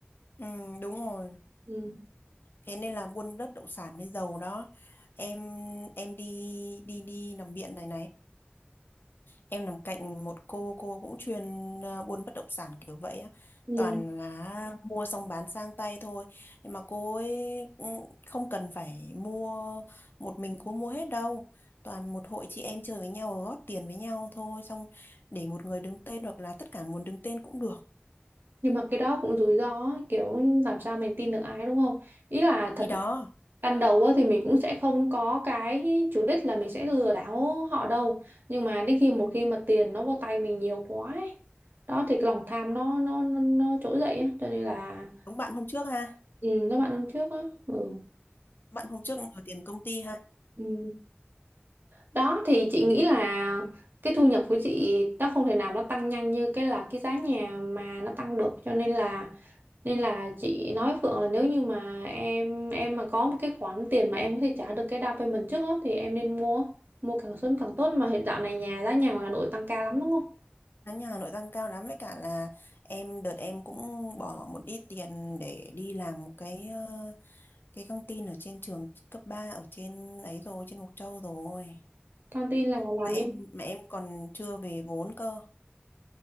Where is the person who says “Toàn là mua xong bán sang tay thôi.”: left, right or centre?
Left